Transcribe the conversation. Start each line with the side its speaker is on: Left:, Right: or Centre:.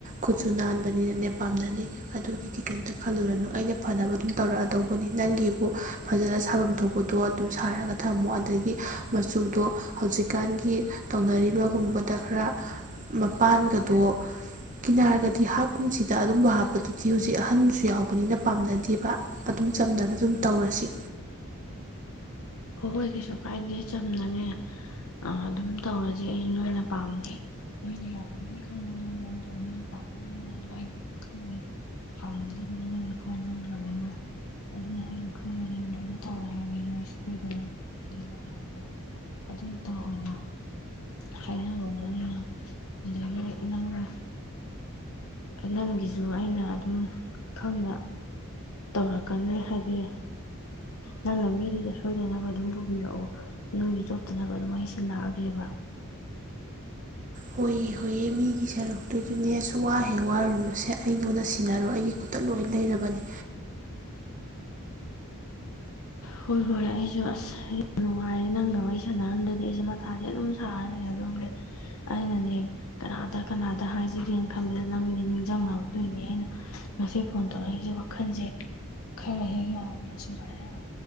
Right: ꯈꯨꯠꯁꯨ ꯅꯥꯟꯕꯅꯤꯅꯅꯦꯦ ꯄꯥꯝꯅꯅꯤ ꯑꯗꯨꯒꯤ ꯀ ꯀꯝꯇ ꯈꯜꯂꯨꯔꯅꯨ ꯑꯩꯅ ꯐꯅꯕ ꯑꯗꯨꯝ ꯇꯧꯔꯛꯑꯗꯧꯕꯅꯤ ꯅꯪꯒꯤꯕꯨ ꯐꯖꯅ ꯁꯥꯐꯝ ꯊꯣꯛꯄꯗꯣ ꯑꯗꯨꯝ ꯁꯥꯔꯒ ꯊꯝꯃꯣ ꯑꯗꯒꯤ ꯃꯆꯨꯗꯣ ꯍꯧꯖꯤꯛ ꯏꯖꯤꯀꯥꯟꯒꯤ ꯇꯧꯅꯔꯤꯕꯒꯨꯝꯕꯗ ꯈꯔ ꯃꯄꯥꯟꯒꯗꯣ ꯀꯤꯅ ꯍꯥꯏꯔꯒꯗꯤ ꯍꯥꯞꯀꯨꯝꯁꯤꯗ ꯑꯗꯨꯝꯕ ꯍꯥꯞꯄꯗꯨꯗꯤ ꯍꯧꯖꯤꯛ ꯑꯍꯟꯁꯨ ꯌꯥꯎꯕꯅꯤꯅ ꯄꯥꯝꯅꯗꯦꯕ ꯑꯗꯨꯝ ꯆꯝꯅꯅ ꯑꯗꯨꯝ ꯇꯧꯔꯁꯤ
Left: ꯍꯣꯏ ꯍꯣꯏ ꯀꯩꯁꯨ ꯀꯥꯏꯗꯦ ꯆꯝꯅꯅꯦ ꯑꯗꯨꯝ ꯇꯧꯔꯗꯤ ꯑꯩ ꯅꯣꯏꯅ ꯄꯥꯝꯅꯩ ꯅꯣꯏꯅ ꯌꯥꯅꯤꯡꯉꯅꯤ ꯈꯟꯕ ꯃꯑꯣꯡꯗꯣ ꯅꯣꯏꯅ ꯄꯥꯝꯕꯩ ꯃꯑꯣꯡꯗꯣ ꯑꯩ ꯂꯣꯏꯅ ꯈꯪꯉꯦ ꯍꯥꯟꯅꯗꯤ ꯑꯗꯨ ꯅꯣꯏꯅ ꯈꯪꯉꯅꯤꯅ ꯑꯗꯨꯅ ꯑꯩꯅ ꯈꯪꯉꯗꯤ ꯂꯣꯏꯅ ꯇꯧꯔꯛꯑꯅꯤ ꯅꯣꯏꯁꯨ ꯑꯣꯏꯗꯅꯕꯅꯥꯗꯣ ꯑꯗꯨꯝꯇ ꯑꯣꯏꯅ ꯍꯥꯏꯅꯕ ꯃꯤꯅ ꯑꯗꯒꯤ ꯅꯪꯅ ꯅꯪꯒꯤꯁꯨ ꯑꯩꯅ ꯑꯗꯨꯝ ꯈꯪꯅ ꯇꯧꯔꯛꯀꯅꯤ ꯍꯥꯏꯗꯤ ꯅꯪꯅ ꯃꯤꯗꯨꯗ ꯁꯣꯏꯗꯅꯕ ꯑꯗꯨꯝ ꯄꯨꯕꯤꯔꯛꯑꯣ ꯏꯣꯏꯒꯤ ꯆꯣꯇꯅꯕ ꯑꯗꯨꯝ ꯍꯩꯁꯤꯜꯂꯛꯑꯒꯦꯕ
Right: ꯍꯣꯏꯑ ꯍꯣꯏꯌꯦ ꯃꯤꯒꯤ ꯁꯦꯔꯨꯛꯇꯨꯗꯨꯅꯦꯁꯨ ꯋꯥꯍꯦ ꯋꯥꯔꯨꯅꯨꯁꯦ ꯑꯩꯉꯣꯟꯗ ꯁꯤꯟꯅꯔꯣ ꯑꯩꯒꯤ ꯈꯨꯠꯇ ꯂꯣꯏ ꯂꯩꯔꯕꯅꯤ
Left: ꯍꯣꯏ ꯍꯣꯏ ꯑꯩꯁꯨ ꯑꯁ ꯌꯥꯝ ꯅꯨꯡꯉꯥꯏꯔꯦ ꯅꯪꯒ ꯋꯥꯔꯤ ꯁꯥꯟꯅꯔꯝꯗꯗꯤ ꯑꯩꯁꯦ ꯃꯊꯥꯁꯦ ꯑꯗꯨꯝ ꯁꯥꯔ ꯂꯩꯒꯗꯧꯅꯦ ꯑꯩꯅꯅꯦ ꯀꯅꯥꯗ ꯀꯅꯥꯗ ꯍꯥꯏꯖꯒꯦꯅ ꯈꯟꯕꯗ ꯅꯪꯅꯦ ꯅꯤꯡꯁꯤꯡꯉꯗꯣꯏꯅꯦ ꯑꯩꯅ ꯉꯁꯤ ꯐꯣꯟ ꯇꯧꯔꯛꯏꯁꯦ ꯋꯥꯈꯜꯁꯦ ꯈꯔ ꯍꯦꯛ ꯌꯥꯡꯉꯦ ꯁꯨꯃꯥꯏꯅ